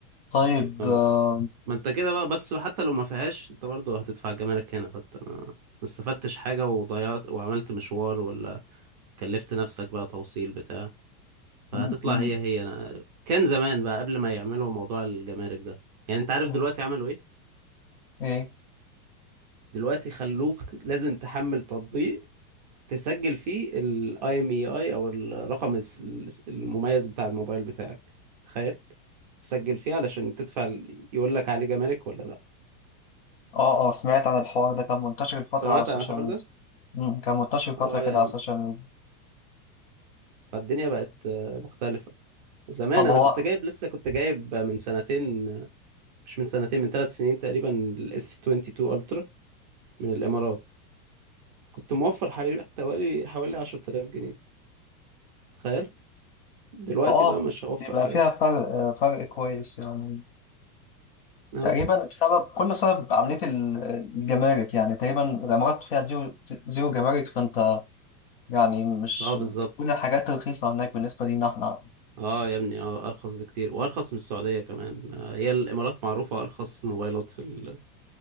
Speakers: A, on the left (about 40°); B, on the right (about 30°).
A: طيب
B: آه.
A: آه،
B: ما انت كده بقى بس حتى لو ما فيهاش انت برضه هتدفع جمارك هنا فانت ما ما استفدتش حاجة وضيعت وعملت مشوار ولا كلفت نفسك بقى توصيل بتاع فهتطلع
A: م- م-
B: هي هي انا كان زمان بقى قبل ما يعملوا موضوع الجمارك ده يعني انت عارف
A: م-
B: دلوقتي عملوا ايه
A: إيه؟
B: دلوقتي خلوك لازم تحمل تطبيق تسجل فيه الاي ام اي اي او الرقم الس- الس- المميز بتاع الموبايل بتاعك تخيل تسجل فيه علشان تدفع ال- يقول لك عليه جمارك ولا لا
A: أه أه سمعت عن الحوار ده كان منتشر الفترة
B: سمعت
A: على السوشيال
B: عن الحوار
A: ميديا
B: ده
A: م، كان منتشر فترة
B: اه
A: كده
B: يا
A: على
B: عم
A: السوشيال ميديا
B: فالدنيا بقت آه، مختلفة زمان
A: طب
B: انا
A: هو
B: كنت جايب لسه كنت جايب من سنتين مش من سنتين من ثلاث سنين تقريبا الاس 22 الترا من الامارات كنت موفر حوالي حوالي حوالي 10000 جنيه تخيل دلوقتي
A: اه
B: بقى مش هوفر
A: بيبقى
B: حاجة
A: فيها فرق آه، فرق كويس يعني
B: اه
A: تقريبا بسبب كله سبب عملية ال- الجمارك يعني تقريبا الإمارات فيها زيرو زيرو جمارك فأنت يعني مش
B: اه بالظبط
A: بتكون الحاجات رخيصة هناك بالنسبة لينا احنا
B: اه يا ابني اه ارخص بكتير وارخص من السعودية كمان آه، هي الامارات معروفة ارخص موبايلات في ال...